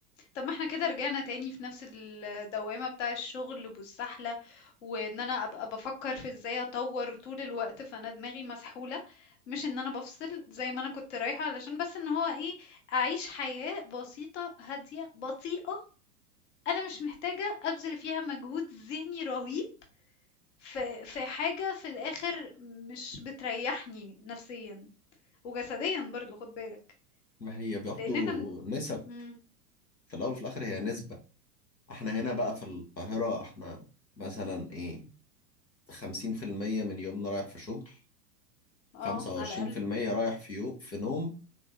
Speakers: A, on the left; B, on the left.
A: طب ما إحنا كده رجعنا تاني في نفس الدوّامة بتاع الشغل والسحلة، وإن أنا أبقى بافكّر في إزاي أطوّر طول الوقت، فأنا دماغي مسحولة، مش إن أنا بافصل زي ما أنا كنت رايحة علشان بس إن هو إيه، أعيش حياة بسيطة، هادية، بطيئة، أنا مش محتاجة أبذل فيها مجهود ذهني رهيب في في حاجة في الآخر مش بتريّحني نفسيًا وجسديًا برضه خُد بالك،
B: ما هي برضه
A: لإن إحنا من
B: نسب
A: إمم،
B: في الاول وفي الاخر هي نسبه احنا
A: إمم.
B: هنا بقى في القاهره احنا مثلا ايه 50% من يومنا رايح في شغل
A: اه
B: 25%
A: على الأقل
B: رايح في يو... في نوم